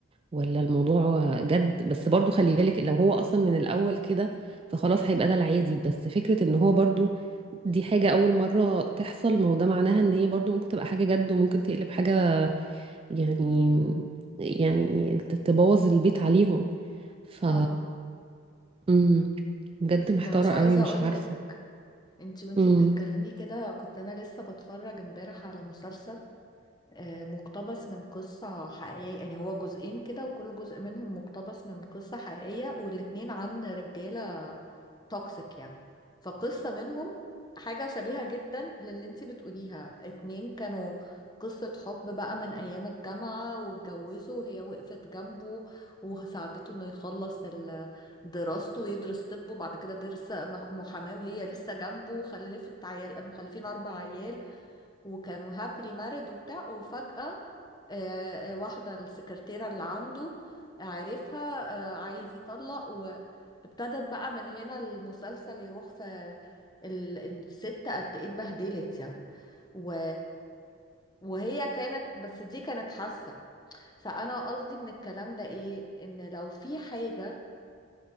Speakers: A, on the right; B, on the left.
A: ولا الموضوع جد بس برضه خلي بالك لو هو أصلا من الأول كده فخلاص هيبقى ده العادي بس فكرة ان هو برضه دي حاجة أول مرة تحصل ما هو ده معناها ان هي برضه ممكن تبقى حاجة جد وممكن تقلب حاجة يعني يعني تبوظ البيت عليهم ف
B: طبعا
A: امم بجد محتارة
B: ده انا مش عايزه
A: قوي مش
B: اقول
A: عارفة
B: لك انت وانت
A: امم
B: بتتكلمي كده كنت انا لسه بتفرج امبارح على مسلسل آه، مقتبس من قصة حقيقية يعني هو جزئين كده وكل جزء منهم مقتبس من قصة حقيقية والاتنين عن رجالة توكسيك يعني فقصة منهم حاجة شبيهة جدا للي انتي بتقوليها اتنين كانوا قصة حب بقى من أيام الجامعة واتجوزوا وهي وقفت جنبه وساعدته إنه يخلص ال- دراسته ويدرس طب وبعد كده درس مح- محاماة وهي لسه جنبه وخلفت عيال مخلفين أربع عيال وكانوا هابلي مارد وبتاع وفجأة آه، آه، واحدة السكرتيرة اللي عنده عارفها آه، عايز يطلق وابتدت بقى من هنا المسلسل يروح في ال- الست قد ايه اتبهدلت يعني و... وهي كانت بس دي كانت حاسة فأنا قصدي من الكلام ده إيه إن لو في حاجة